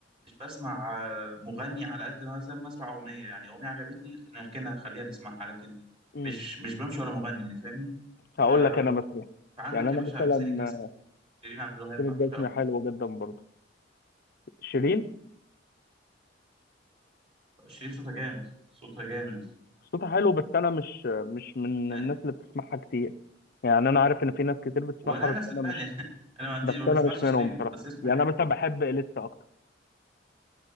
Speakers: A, on the right (about 30°); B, on the left (about 55°).
A: مش بسمع آه، مغني على قد ما مثلا بسمع اغنيه يعني اغنيه عجبتني نركنها نخليها نسمعها لكن
B: مم.
A: مش مش بمشي ورا مغني يعني فاهمني ف-
B: هقول لك أنا مثلا
A: فعندك
B: يعني أنا
A: يا باشا
B: مثلا
A: حسين الجسمي
B: آه،
A: شيرين عبد الوهاب
B: فين
A: بعشقهم
B: الجزمة حلوة جدا برضه شيرين
A: شيرين صوتها جامد صوتها جامد
B: صوتها حلو بس أنا مش آه، مش من
A: يعني
B: الناس اللي بتسمعها كتير يعني أنا عارف إن في ناس كتير بتسمعها
A: ولا
B: بس
A: انا صدقني
B: أنا مش
A: <laughs> انا ما عنديش
B: بس
A: ما
B: أنا
A: بسمعش
B: مش منهم
A: شيرين
B: بصراحة
A: بس هي صوتها
B: يعني
A: جامد
B: أنا مثلا بحب إليسا أكتر